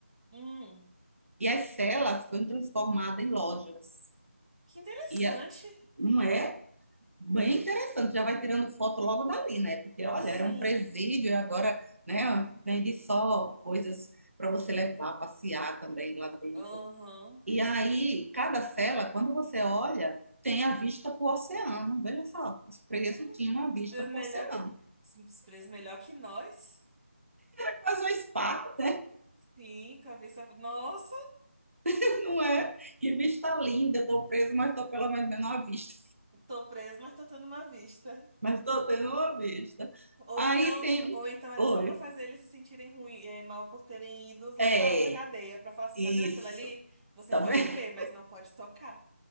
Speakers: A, on the right; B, on the right.
A: Hum,
B: E as celas foram transformadas em lojas.
A: que interessante.
B: E a- não é bem interessante, já vai tirando foto logo dali, né? Porque, olha,
A: Sim.
B: era um presídio e agora, né, vende só coisas para você levar, passear também lá dentro.
A: Aham.
B: E aí, cada cela, quando você olha, tem a vista para o oceano. Veja só, os presos
A: Hum,
B: tinham uma
A: Os
B: vista
A: presos
B: para
A: melhor
B: o oceano.
A: que. Os presos melhor que nós?
B: É quase um spa, né?
A: Sim, com a vista. Nossa,
B: <laughs> Não é? Que vista linda, estou preso, mas estou pelo menos vendo uma vista.
A: tô preso, mas tô tendo uma vista.
B: mas estou tendo uma vista.
A: Ou
B: Aí
A: então,
B: tem.
A: ou então era
B: Oi.
A: só pra fazer eles se sentirem ruim, é, mal por terem ido
B: É,
A: lá pra, pra cadeia, pra falar assim,
B: isso.
A: tá vendo aquilo ali? Você
B: Tá
A: pode
B: vendo?
A: ver, mas
B: <laughs>
A: não pode tocar.